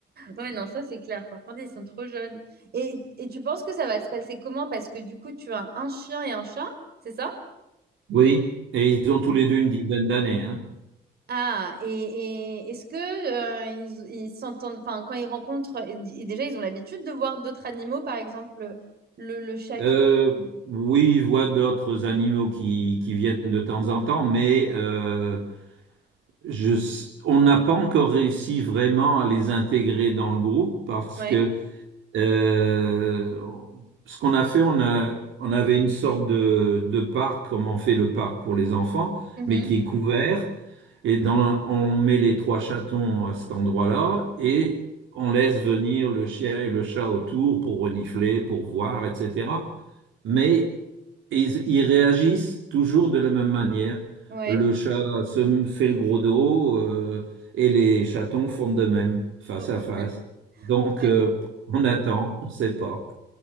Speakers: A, on the right; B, on the right.
A: Ouais, non, ça, c'est clair. Par contre, ils sont trop jeunes. Et, et tu penses que ça va se passer comment? Parce que du coup, tu as un chien et un chat, c'est ça?
B: Oui, et ils ont tous les deux une dizaine d'années, hein.
A: Ah, et, et est-ce que euh, ils ils s'entendent, enfin, quand ils rencontrent, et- et déjà, ils ont l'habitude de voir d'autres animaux, par exemple, le, le chat
B: Euh,
A: qui...
B: oui, ils voient d'autres animaux qui, qui viennent de temps en temps, mais euh, Je s- on n'a pas encore réussi vraiment à les intégrer dans le groupe parce
A: Ouais.
B: que euh, on- ce qu'on a fait, on a, on avait une sorte de, de parc, comme on fait le parc pour les enfants,
A: Mhm.
B: mais qui est couvert. Et dans, on met les trois chatons à cet endroit-là et on laisse venir le chien et le chat autour pour renifler, pour voir, etc mais ils, ils réagissent toujours de la même manière.
A: Ouais.
B: Le chat se fait le gros dos euh, et les chatons font de même, face
A: Faut-
B: à face.
A: <laughs>
B: Donc,
A: Ouais.
B: euh, on attend, on ne sait pas.